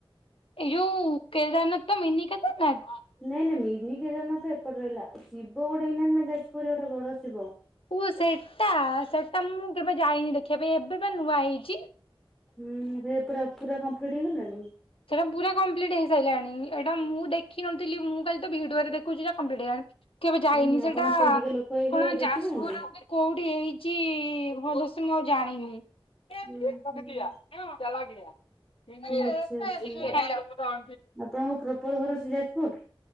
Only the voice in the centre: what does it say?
ନାଇଁ ନାଇଁ ମିନି କେଦାରନାଥ ତ ଏପଟେ ରହିଲା। ଶିବ ଗୋଟେ ହେଇ ନାହାନ୍ତି ନା ଯାଜପୁରରେ ଗୋଟେ ବଡ଼ ଶିବ।
ହୁଁ ଏବେ ପୁରା ପୁରା କମ୍ପ୍ଲିଟ ହେଇଗଲାଣି।
ହୁଁ
ଆପଣ ସେଇଠିକା ଲୋକ ହେଇକି
ଦେଖିନାହାନ୍ତି
ହୁଁ ହୁଁ ଆଚ୍ଛା ଆଚ୍ଛା
ଆପଣଙ୍କ ପ୍ରପର ଘର ସେ ଯାଜପୁର